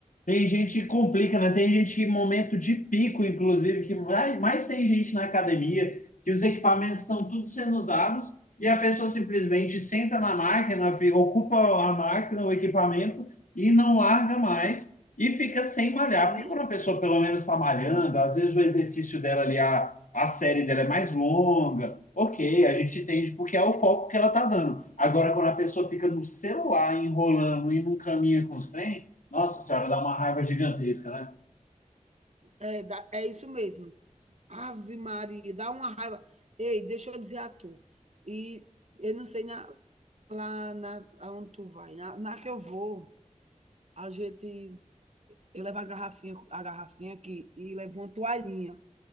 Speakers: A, on the left; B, on the right.
A: Tem gente que complica, né? Tem gente que, em momento de pico, inclusive, que vai- mais tem gente na academia, que os equipamentos estão tudo sendo usados, e a pessoa simplesmente senta na máquina, fi- ocupa a máquina, o equipamento, e não larga mais, e fica sem malhar.
B: Sim,
A: Porque quando a pessoa, pelo menos, está malhando,
B: como
A: às vezes o exercício dela ali, a, a série dela é mais longa, ok, a gente entende porque é o foco que ela está dando. Agora, quando a pessoa fica no celular, enrolando e não caminha com os trem nossa senhora, dá uma raiva gigantesca, né?
B: é, dá- é isso mesmo. Ave Maria, dá uma raiva. Ei, deixa eu dizer a tu. E eu não sei na, Lá na aonde tu vai, na, na que eu vou, a gente eu levo a garrafinha, a garrafinha aqui e levo uma toalhinha,